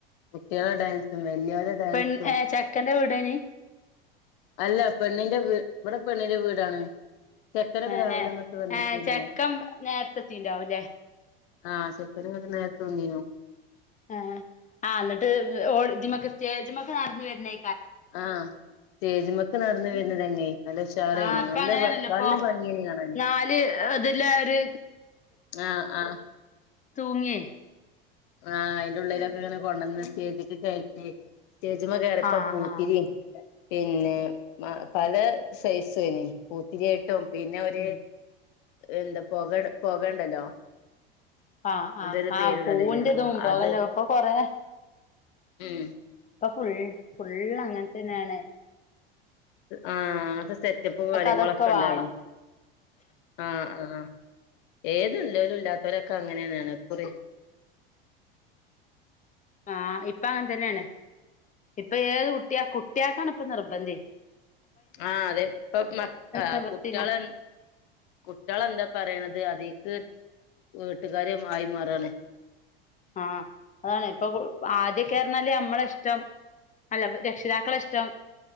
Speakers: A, on the left; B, on the left.
A: കുട്ട്യേളെ ഡാൻസും വല്യോലെ ഡാൻസും
B: പെൺ ഏ ചെക്കന്റെ വീടേനി
A: അല്ല പെണ്ണിന്റെ വീ വടെ പെണ്ണിന്റെ വീടാണ് ചെക്കനൊക്കെ
B: എ
A: രാവിലെ
B: ഏ
A: ഇങ്ങട്ട് വന്നക്കേനു
B: ഏ ചെക്കം നേരത്തെത്തിണ്ടാവുംല്ലേ
A: ആ ചെക്കന്ങ്ങട്ട് നേരത്തെ വന്നീനു
B: ആഹ ആ ന്ന്ട്ട് ഓൾ ത് മക്ക് സ്റ്റേജ്മക്ക് നടന്ന് വര്‌നേ
A: ആ സ്റ്റേജ്മക്ക് നടന്നു വരുന്നന്നെ നല്ലഷാറേനു
B: ആഹ് ഇപ്പൊ
A: നല്ല
B: അങ്ങനെയാണല്ലോ
A: നല്ല
B: ഇപ്പൊ
A: ഭംഗിയേനി കാണാന്
B: നാല് ഇതിലെ ഒരു
A: ആ ആ
B: തൂങ്ങേ
A: ആഹ് അയിന്റെ ഉള്ളിലൊക്കെ ഇങ്ങനെ കൊണ്ടന്ന് സ്റ്റേജ്ക്ക് കയറ്റി സ്റ്റേജ്മ്മ കേറിയപ്പ
B: ആഹ്
A: പൂത്തിരി
B: ആഹ്
A: പിന്നെ പല സൈസു ഏനും പൂത്തിരിയായിട്ടും പിന്നെ ഒരു
B: ഉം
A: എന്താ പൊകട് പൊകണ്ടല്ലോ?
B: ആ ആ
A: എന്തൊരു
B: ആ
A: പേരുണ്ടല്ലോ
B: പൂൻ
A: അയിന്
B: ന്റെ
A: ആഹ്
B: ഇതും പൊക
A: അത്
B: നൊക്കെ കൊറേ
A: ഉം
B: ഇപ്പ ഫുൾ ഫുൾ അങ്ങനെ തന്നാണ്
A: ആ അത് സെറ്റപ്പും കാര്യങ്ങളൊക്കെ
B: അതൊക്കെ
A: ഇണ്ടായിന്.
B: വേണം
A: ആ ആ ഏത് ഇല്ലവലും ഇല്ലാത്തവരൊക്കെ അങ്ങനെന്നാണ് കുറെ
B: ആ ഇപ്പ അങ്ങൻ തന്നെയാണ്. ഇപ്പ ഏത് കുട്ടിയാ, കുട്ടിയാക്കാണ് ഇപ്പൊ നിർ ബന്തേ
A: ആ അതെപ്പ മ ആഹ്
B: നിവർത്തിയില്ല
A: കുട്ടികളെ, കുട്ടികളെന്താ പറയണത് ത് അതീക്ക് വീട്ടുകാരും മായി മാറാണ്
B: ആ അതാണ് ഇപ്പൊ ആദ്യക്കെ പറഞ്ഞാല് നമ്മളെ ഇഷ്ടം, അല്ല രക്ഷിതാക്കളെ ഇഷ്ടം